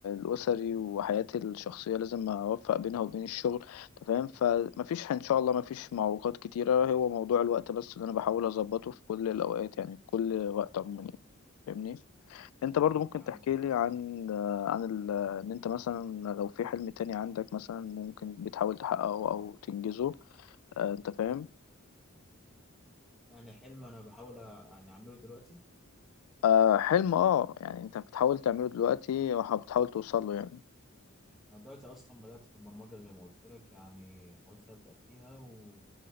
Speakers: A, on the left (about 85°); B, in the centre.
A: الاسري وحياتي الشخصيه لازم اوفق بينها وبين الشغل انت فاهم فمفيش ان شاء الله مفيش معوقات كتيرة هو موضوع الوقت بس اللي انا بحاول اظبطه في كل الاوقات يعني في كل وقت عموما يعني فاهمني انت برضو
B: اكيد
A: ممكن
B: يا
A: تحكي
B: عم
A: لي عن آه، عن ال... آه، ان انت مثلا لو في حلم تاني عندك مثلا ممكن بتحاول تحققه او تنجزه آه، انت فاهم
B: يعني حلم انا بحاول أ- يعني اعمله دلوقتي
A: آه، حلم اه يعني انت بتحاول تعمله دلوقتي وبتحاول توصل له يعني
B: انا دلوقتي اصلا بدات في البرمجه زي ما قلت لك يعني حاولت ابدا فيها و...